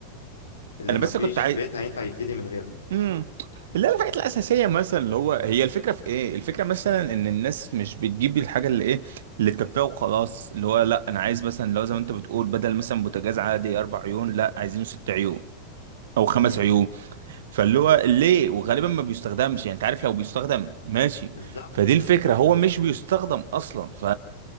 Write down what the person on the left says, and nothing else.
اللي مفيش
بيت هينفع يبتدي من غيره
مم.
مم.
بالظبط
بالظبط